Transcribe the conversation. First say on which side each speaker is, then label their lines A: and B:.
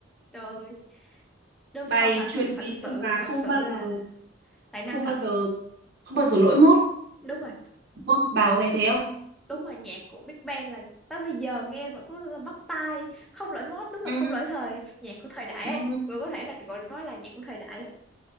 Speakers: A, in the centre; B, on the right (about 55°).
A: Trời ơi, đúng
B: bài
A: không phải
B: truyền
A: không thật
B: kỳ
A: sự
B: luôn và
A: thật
B: không
A: sự
B: bao
A: là
B: giờ
A: tài năng
B: không
A: thật.
B: bao giờ không bao giờ lỗi mốt
A: Đúng rồi.
B: đúng không? bà có thấy thế không
A: đúng rồi nhạc của Big Bang là tới bây giờ nghe vẫn có là bắt tai không lỗi mốt đúng
B: ừ.
A: là không lỗi thời nhạc của thời đại
B: Ừ.
A: ấy vẫn có thể là gọi nói là nhạc của thời đại ấy.